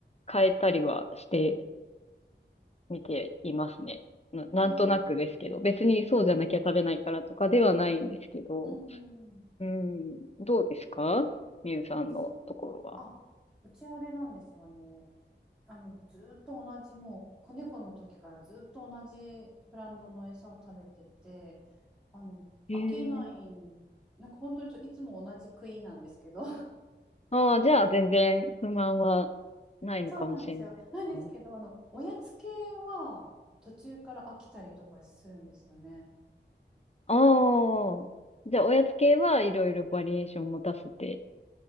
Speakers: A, on the left; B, in the centre.
A: 変えたりはして、見ていますね。な、なんとなくですけど、
B: うん。えー、
A: 別にそうじゃなきゃ食べないからとかではないんですけど、
B: うんうんう
A: うん、どうですかみゆさんのところは。
B: ち、あ、うちあれなんですよ。あの、あの、ずーっと同じ、もう、子猫の時からずっと同じブランドの餌を食べてて、あの、
A: へえ。
B: 飽きない、なんか本当にちょいつも同じ食いなんですけど、
A: ああ、じゃあ全然不満はないのかもしれないですね。
B: そうなんですよ。なんですけど、あの、おやつ系は途中から飽きたりとかするんですよね。
A: ああ、じゃあおやつ系はいろいろバリエーション持たせて。